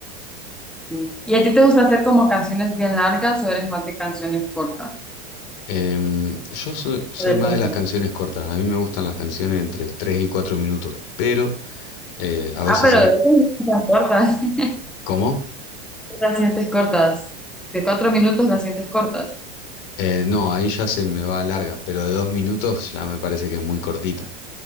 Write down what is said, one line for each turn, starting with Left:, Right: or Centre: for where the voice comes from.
Centre: Sí. ¿Y a ti te gusta hacer como canciones bien largas o eres más de canciones cortas?
Left: Em, yo so- soy
Centre: Depende.
Left: más de las canciones cortas, a mí me gustan las canciones entre 3 y 4 minutos, pero eh, a veces,
Centre: Ah, pero
Left: in-
Centre: de esas no son tan cortas. <laughs>
Left: ¿cómo?
Centre: Las sientes cortas. De cuatro minutos las sientes cortas.
Left: Eh, no, ahí ya se me va larga, pero de dos minutos ya me parece que es muy cortita.